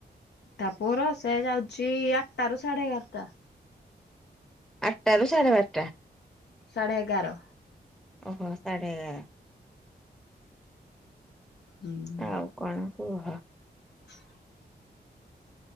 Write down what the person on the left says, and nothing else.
ତା ପୁଅର ସେ ଯାଉଛି ଆଠଟା ର ସାଢ଼େ ଏଗାରଟା।
ସାଢ଼େ ଏଗାର।
ହୁଁ।
<inaudible>